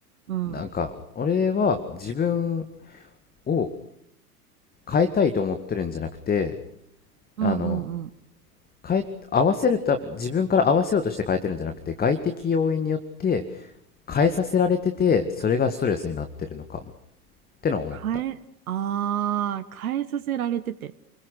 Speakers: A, on the right; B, on the left.
A: うん。
B: なんか、
A: うん
B: 俺は自分を変えたいと思ってるんじゃなくて、
A: うんうん。
B: あの、変え、合わせるた、自分から合わせようとして変えてるんじゃなくて、外的要因によって変えさせられてて、それがストレスになってるのかも。ってのは思った。
A: 変え、ああ、変えさせられてて。